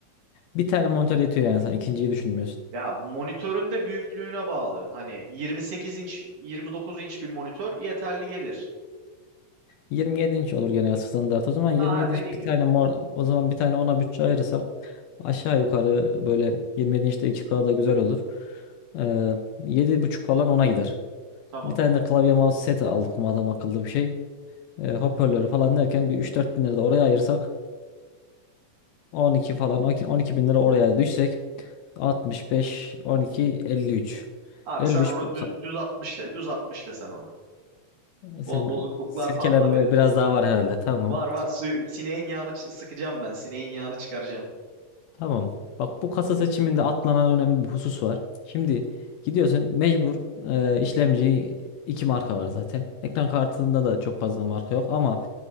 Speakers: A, on the left; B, on the right.
A: Bir tane monitör yetiyor yani sen ikinciyi düşünmüyorsun.
B: Ya monitörün de büyüklüğüne bağlı. Hani 28 inç 29 inç bir monitör yeterli gelir.
A: 27 inç olur genel standart. O zaman 27
B: Ha ha, dediğin
A: inç bir tane
B: gibi.
A: mor o zaman bir tane ona bütçe ayırırsak aşağı yukarı böyle 27 inçte iki k da güzel olur. Ee, yedi buçuk falan ona gider.
B: Tamam.
A: Bir tane de klavye mouse seti aldık mı adam akıllı bir şey. Ee, hoparlörü falan derken bir üç dört bin lira da oraya ayırsak 12 falan on iki on iki bin lira oraya düşsek 65 12 53.
B: Abi
A: 53
B: sen onu
A: bu-
B: düz, düz 60 de. Düz 60 de sen ona.
A: sen
B: Bo- bozukluklar
A: silkelenme
B: fazla benim.
A: biraz daha var herhalde tamam.
B: Var var suyu sineğin yağını çı- sıkacağım ben. Sineğin yağını çıkaracağım.
A: Tamam. Bak bu kasa seçiminde atlanan önemli bir husus var. Şimdi gidiyorsun mecbur e, işlemci iki marka var zaten. Ekran kartında da çok fazla marka yok ama